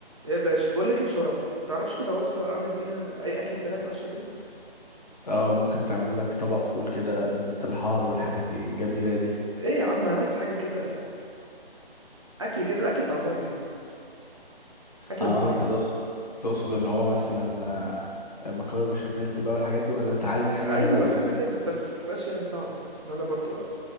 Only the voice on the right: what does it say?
ايه يا باشا بقول لك إيه بسرعه تعرفش كده وصفه اعمل بيها اي اكله سريعه اتعشى بيها
ايه يا عم عايز حاجه كده اكل كده الاكل بتاع بره يعني اكل
مطاعم
ايوه
حاجه كده
بس تبقاش يعني صعبه فاهم ان انا برضو يعني